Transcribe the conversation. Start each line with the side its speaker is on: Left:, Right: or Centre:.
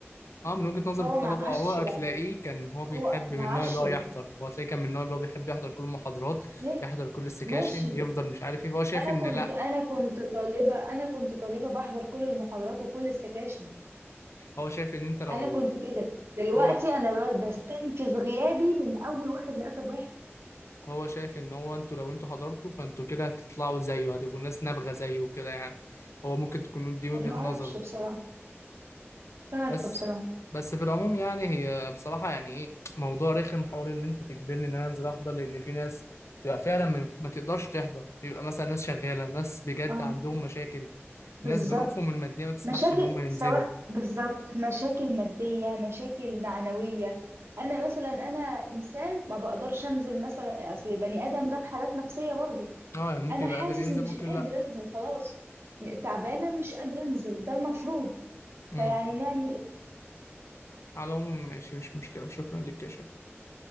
Left: اه من وجهة نظر
Right: هو
Left: الطلبة
Right: معاش
Left: هو هتلاقيه
Right: ده
Left: كان هو بيحب
Right: هو معاش
Left: من النوع اللي هو
Right: ده
Left: يحضر هو هتلاقيه كان من النوع اللي هو بيحب يحضر كل المحاضرات
Right: ما-
Left: يحضر كل السكاشن
Right: ماشي
Left: يفضل مش عارف ايه فهو شايف
Right: انا
Left: ان
Right: كنت
Left: لا
Right: انا كنت طالبة انا كنت طالبة بحضر كل المحاضرات وكل السكاشن
Left: هو شايف ان انت لو
Right: انا كنت كده دلوقتي
Left: هو
Right: انا ب- بستنفذ غيابي من اول واحد لاخر واحد
Left: هو شايف ان هو انتوا لو انتوا حضرتوا فانتوا كده هتطلعوا زيه هتبقوا ناس نابغة زيه وكده يعني هو ممكن تكون دي وجهة
Right: فما اعرفش
Left: نظره
Right: بصراحة مش عارفة
Left: بس
Right: بصراحة
Left: بس في العموم يعني هي بصراحة يعني ايه موضوع رخم حوار ان انت تجبرني ان انا انزل احضر لان في ناس بتبقى فعلا ما ينف- ما تقدرش تحضر يبقى مثلا ناس شغالة ناس بجد
Right: اه
Left: عندهم مشاكل
Right: بالظبط
Left: ناس ظروفهم المادية ما تسمحش
Right: مشاكل
Left: ان هم ينزلوا
Right: سواء بالظبط مشاكل مادية مشاكل معنوية أنا مثلا أنا إنسان ما بقدرش أنزل مثلا أصل البني آدم ده بحالات نفسية برضه
Left: اه يعني ممكن
Right: أنا
Left: يبقى
Right: حاسس
Left: قادر ينزل
Right: إني مش
Left: ممكن
Right: قادر
Left: لا
Right: أنزل خلاص م- تعبانة مش قادرة أنزل ده المفروض
Left: امم
Right: فيعني نعمل إيه؟
Left: على العموم ماشي مش مشكلة شكرا لك يا شباب